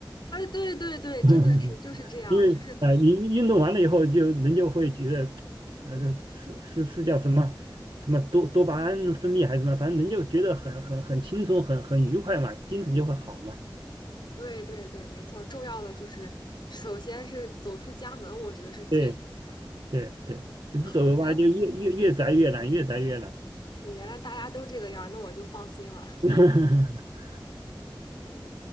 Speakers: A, on the left; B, on the right.
A: 哎，对对对，
B: <laughs>
A: 真的是就是这样，
B: 因为呃，
A: 就是
B: 你运动完了以后就，人就会觉得，呃，这是是是叫什么什么多多巴胺分泌还是什么，反正人就觉得很很很轻松，很很愉快嘛，精神就会好嘛。
A: 对对对，没错。重要的就是，首先是走出家门，我觉得是最难的。
B: 对对对，你不走的话就越越越宅越懒，
A: 好，原来
B: 越宅越懒。
A: 对，原来大家都这个样儿，那我就放心了。<laughs>
B: <laughs>
A: 嗯，